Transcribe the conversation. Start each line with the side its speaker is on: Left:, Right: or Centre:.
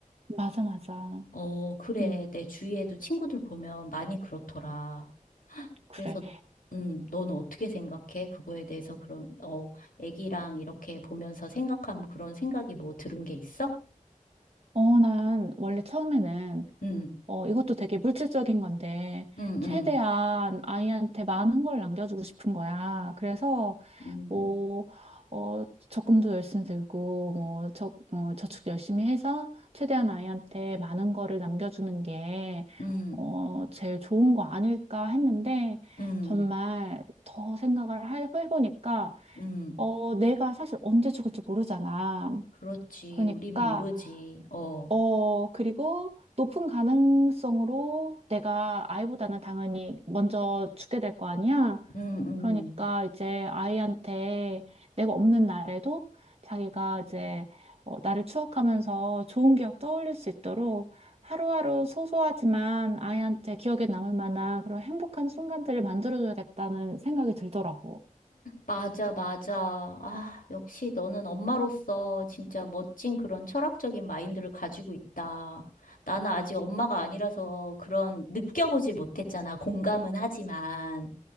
Right: 맞아, 맞아.
Left: 어, 그래.
Right: 음
Left: 내 주위에도 친구들 보면 많이 그렇더라.
Right: 그래.
Left: 그래서, 음, 너는 어떻게 생각해? 그거에 대해서 그런, 어, 애기랑 이렇게 보면서 생각하면 그런 생각이 뭐 들은 게 있어?
Right: 어, 난 원래 처음에는,
Left: 응,
Right: 어, 이것도 되게 물질적인 건데,
Left: 응,
Right: 최대한
Left: 응,
Right: 아이한테 많은 걸 남겨주고 싶은 거야. 그래서,
Left: 음,
Right: 뭐, 어, 적금도 열심히 들고, 뭐, 저, 어, 저축 열심히 해서, 최대한 아이한테 많은 거를 남겨주는 게,
Left: 응,
Right: 어, 제일 좋은 거 아닐까 했는데,
Left: 응,
Right: 정말 더 생각을 해- 해보니까,
Left: 응,
Right: 어, 내가 사실 언제 죽을지 모르잖아.
Left: 그렇지.
Right: 그러니까,
Left: 우린 모르지. 어,
Right: 어, 그리고 높은 가능성으로 내가 아이보다는 당연히 먼저 죽게 될 거 아니야?
Left: 응,
Right: 그러니까
Left: 응.
Right: 이제 아이한테 내가 없는 날에도 자기가 이제 어, 나를 추억하면서 좋은 기억 떠올릴 수 있도록 하루하루 소소하지만 아이한테 기억에 남을 만한 그런 행복한 순간들을 만들어줘야겠다는 생각이 들더라고.
Left: 맞아, 맞아. 아, 역시 너는 엄마로서 진짜 멋진 그런 철학적인 마인드를 가지고 있다. 나는 아직 엄마가 아니라서 그런 느껴보질 못했잖아. 공감은 하지만.